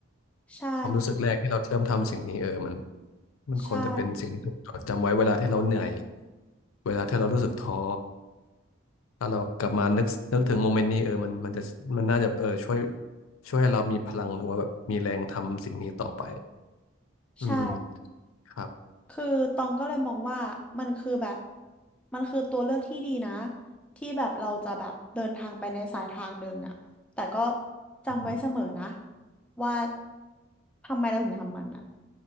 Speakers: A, in the centre; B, on the left.
A: ใช่
B: ความรู้สึกแรกที่เราเริ่มทำสิ่งนี้เออมันมันควรจะเป็นสิ่งที่ถูกจดจำไว้เวลาที่เราเหนื่อย
A: ใช่
B: เวลาที่เรารู้สึกท้อถ้าเรากลับมานึกนึกถึงโมเมนต์นี้เออมันมันจะมันน่าจะเออช่วยช่วยให้เรามีพลังหรือว่าแบบมีแรงทำสิ่งนี้ต่อไปอืมอืม
A: ใช่
B: ครับ
A: คือตองก็เลยมองว่ามันคือแบบมันคือตัวเลือกที่ดีนะที่แบบเราจะแบบเดินทางไปในสายทางหนึ่งอ่ะแต่ก็จำไว้เสมอนะ
B: อืมอืม
A: ว่าทำไมเราถึงทำมันอ่ะ